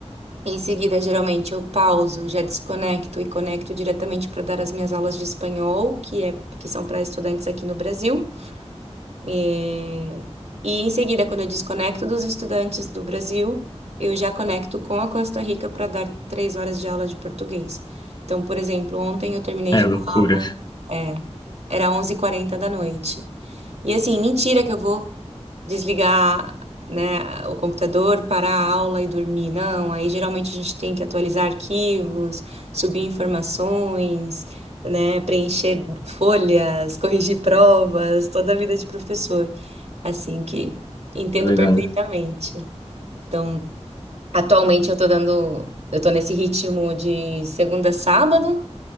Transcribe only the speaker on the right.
Em seguida, geralmente, eu pauso, já desconecto e conecto diretamente para dar as minhas aulas de espanhol, que é, que são para estudantes aqui no Brasil. Eh, E, em seguida, quando eu desconecto dos estudantes do Brasil, eu já conecto com a Costa Rica para dar três horas de aula de português. Então, por exemplo, ontem eu terminei de
dar aula, é, era 11h40 da noite. E assim, mentira que eu vou desligar, né, o computador, parar a aula e dormir. Não, aí geralmente a gente tem que atualizar arquivos, subir informações, né, preencher folhas, <laughs> corrigir provas, toda a vida de professor, assim que entendo
perfeitamente. Então, atualmente eu tô dando, eu tô nesse ritmo de segunda a sábado,